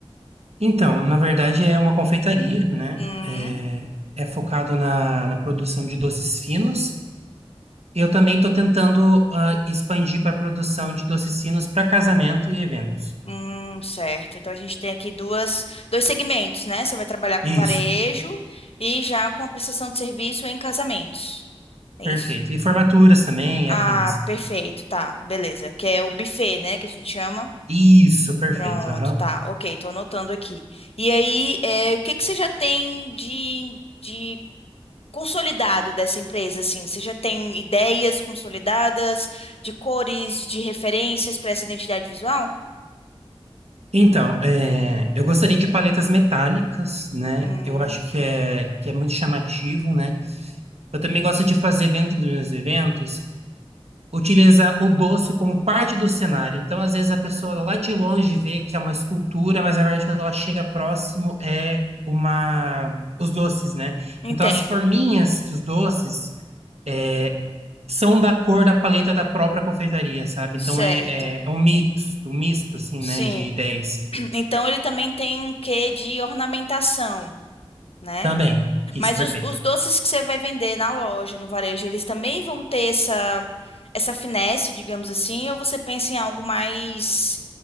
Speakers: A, on the right (about 85°); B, on the left (about 70°).
A: Então, na verdade, é uma confeitaria, né?
B: Hum,
A: É, é focado na, na produção de doces finos Eu também estou tentando ah, expandir para a produção de docecinos para casamento e eventos.
B: hum, certo. Então a gente tem aqui duas, dois segmentos, né? Você vai trabalhar com varejo
A: Isso,
B: e já com a prestação de serviço em casamentos. É
A: perfeito.
B: isso?
A: E formaturas também,
B: Ah,
A: afins.
B: perfeito, tá. Beleza. Que é o buffet, né? Que a gente chama.
A: Isso, perfeito.
B: Pronto,
A: aham.
B: tá. Ok, tô anotando aqui. E aí, é, o que que você já tem de, de consolidado dessa empresa, assim? Você já tem ideias consolidadas de cores, de referências para essa identidade visual?
A: Então, é, eu gostaria de paletas metálicas, né?
B: Hum,
A: Eu acho que é, que é muito chamativo, né? Eu também gosto de fazer dentro dos meus eventos utiliza o doce como parte do cenário. Então, às vezes, a pessoa lá
B: hum.
A: de longe vê que é uma escultura, mas na verdade, quando ela chega próximo, é uma os doces, né?
B: Entendo.
A: Então, as forminhas dos doces é, são da cor da paleta da própria confeitaria, sabe?
B: Certo.
A: Então, é, é, é um mito, um misto, assim,
B: Sim.
A: né, de ideias.
B: <clears throat> Então ele também tem um quê de ornamentação, né?
A: Também, isso,
B: Mas
A: perfeito.
B: os, os doces que você vai vender na loja, no varejo, eles também vão ter essa, essa finesse, digamos assim, ou você pensa em algo mais,